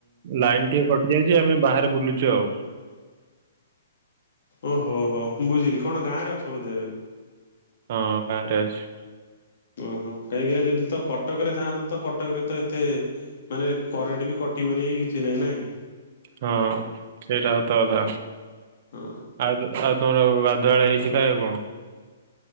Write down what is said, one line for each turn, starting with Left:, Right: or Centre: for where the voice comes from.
Right: ଲାଇନ ଟିକେ କଟି ଯାଇଛି ଆମେ ବାହାରେ ବୁଲୁଛୁ ଆଉ।
Left: ଓହୋ ହୋ ବୁଝିଲି କଣ ଗାଁରେ ଅଛ ବୋଧେ ଏବେ?
Right: ହଁ ଗାଁରେ ଅଛି।
Left: ଓହୋ କାହିଁକିନା ଯଦି ତ କଟକରେ ଥାଆନ୍ତ ତ କଟକରେ ତ ଏତେ ମାନେ କରେଣ୍ଟ ବି କଟିବନି କିଛି ନାଇଁ ନା କି?
Right: ହଁ। ସେଇଟା ସତ କଥା
Left: ହଁ
Right: ଆଉ ଆଉ ତମର ଗାଧୁଆଳ ହେଇଛି ନା ଆଉ କଣ?